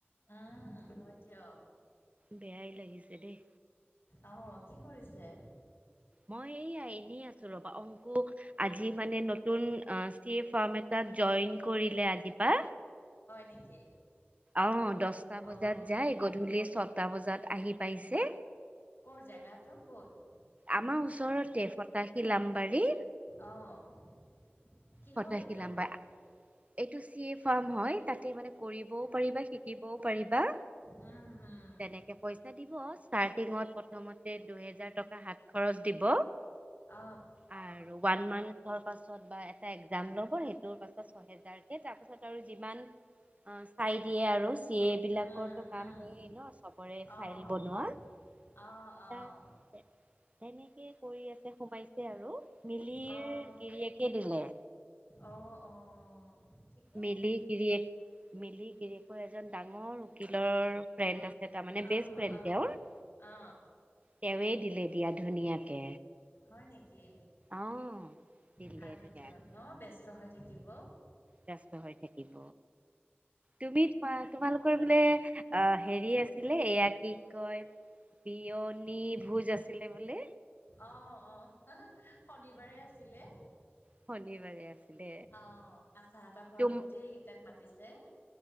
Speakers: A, on the left (about 55°); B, on the right (about 35°).
A: উম, হয় দিয়ক
B: বেয়াই লাগিছে দেই
A: অ', কি কৰিছে?
B: মই এই, এনেই আছোঁ ৰবা অংকু আজি মানে নতুন এ, <unintelligible> এটাত জইন কৰিলে আজিপা
A: হয় নেকি?
B: অ', দহটা বজাত
A: অ'
B: যায়, গধূলি ছটা বজাত আহি পাইছে
A: ক'ৰ জেগাটো ক'ত?
B: আমাৰ ওচৰতে ফটাশিল আমবাৰী
A: অ'। কিহৰ
B: ফটাশিল
A: এইটো
B: অম্বা এইটো চি এ ফাৰ্ম হয় তাতে মানে কৰিবও পাৰিবা, শিকিবও পাৰিবা
A: উম, হম
B: তেনেকে পইছা দিব ষ্টাৰ্টিঙত প্ৰথমতে দুহেজাৰ টকা হাত খৰচ দিব
A: অ
B: আৰু ওৱান মান্থৰ পাছত বা এ টা একজাম ল'ব সেইটোৰ পাছত ছহেজাৰকে তাৰ পাছত আৰু যিমান অ চাই দিয়ে আৰু চি এ বিলাকৰতো
A: উম
B: কাম
A: উম
B: সেইয়েই ন চবৰে
A: অ'
B: ফাইল বনোৱা
A: অ' অ'
B: সেনেকে কৰি আছে সোমাইছে আৰু মিলিৰ
A: অ'
B: গিৰিয়েকে দিলে।
A: অ অ ঠিক
B: মিলি গিৰিয়েক মিলি গিৰিকৰ এজন ডাঙৰ উকিলৰ ফ্ৰেণ্ড আছে তাৰ মানে
A: অ'
B: বেষ্ট ফ্ৰেণ্ড
A: অ'
B: তেওঁৰ
A: অ
B: তেওঁৱে দিলে দিয়া ধুনীয়াকে
A: হয় নেকি
B: অ দিলে
A: ভালেই
B: ধুনীয়াকে
A: দিয়ক ন ব্যস্ত হৈ থাকিব।
B: ব্যস্ত হৈ থাকিব তুমি থোৱাত তোমালোকৰ বোলে অ, হেৰি আছিলে এয়া কি কয় বিয়নী ভোজ আছিলে বোলে।
A: অ অ হ হ শনিবাৰে আছিলে
B: শনিবাৰে আছিলে
A: অহ আচাহঁতৰ ঘৰত
B: তুম
A: গোটেই কেইটাক মাতিছে